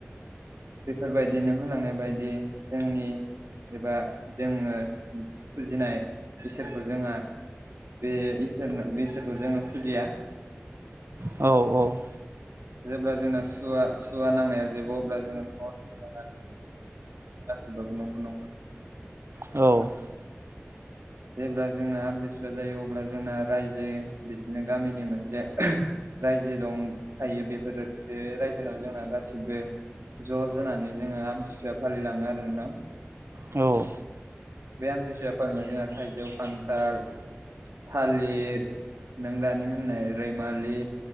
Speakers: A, on the right; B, on the right.
A: बेफोरबायदिनो होलांनाय बायदि जोंनि एबा जोङो फुजिनाय इसोरखौ जोंहा बे इसोरनो इसोरखौ जोङो फुजिया।
B: औ औ
A: जेब्ला जोंना सुवा सुवा नांनाया जोबो अब्ला जोङो न'नानै गासिबो नखर नखर
B: औ
A: जेब्ला जोंना आमथिसुवा जायो अब्ला जोंना रायजो बिदिनो गामिनि मोनसे रायजो दं थायो बेफोर बे रायजोनाव जोंना गासिबो ज' जानानै जोङो आमथिसुवा फालिलाङो आरो नोंथां।
B: औ
A: बे आमथिसुवा फोलिनायाव जोंहा थाइजौ, खान्थाल, थालिर लिर नों दानि होननाय रैमालि